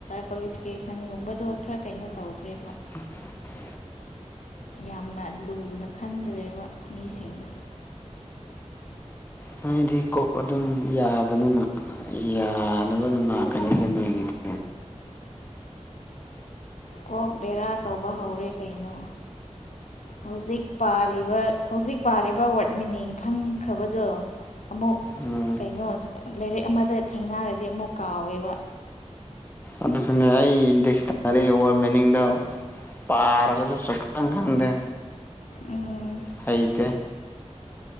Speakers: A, on the left; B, on the left.
A: ꯀ꯭ꯋꯥꯂꯤꯐꯤꯀꯦꯁꯟꯒꯨꯝꯕꯗꯣ ꯈꯔ ꯀꯩꯅꯣ ꯇꯧꯈ꯭ꯔꯦ
B: <unintelligible>
A: ꯌꯥꯝꯅ ꯂꯨꯅ ꯈꯟꯗ꯭ꯔꯦꯕ ꯃꯤꯁꯤꯡꯗꯣ
B: ꯅꯣꯏꯗꯤ ꯀꯣꯛ ꯑꯗꯨꯝ ꯌꯥꯕꯅꯤꯅ ꯌꯥꯅꯕ ꯑꯗꯨꯝ ꯂꯛꯀꯅꯤꯗ ꯅꯣꯏꯒꯤꯗꯤ
A: ꯀꯣꯛ ꯕꯦꯔꯥ ꯇꯧꯕ ꯍꯧꯔꯦ ꯀꯩꯅꯣ ꯍꯧꯖꯤꯛ ꯄꯥꯔꯤꯕ ꯍꯧꯖꯤꯛ ꯄꯥꯔꯤꯕ ꯋꯥꯔꯗ ꯃꯤꯅꯤꯡ ꯈꯪꯈ꯭ꯔꯕꯗꯣ ꯑꯃꯨꯛ
B: ꯎꯝ
A: ꯀꯩꯅꯣ ꯂꯥꯏꯔꯤꯛ ꯑꯃꯗ ꯊꯦꯡꯅꯔꯗꯤ ꯑꯃꯨꯛ ꯀꯥꯎꯋꯦꯕ
B: ꯑꯗꯨꯁꯨꯅꯦ ꯑꯩ ꯗꯤꯛꯁꯅꯥꯔꯤ ꯋꯥꯔꯗ ꯃꯤꯅꯤꯡꯗꯣ ꯄꯥꯔꯒꯖꯨ ꯁꯨꯛꯈꯪ ꯈꯪꯗꯦ
A: ꯎꯝ
B: ꯍꯩꯇꯦ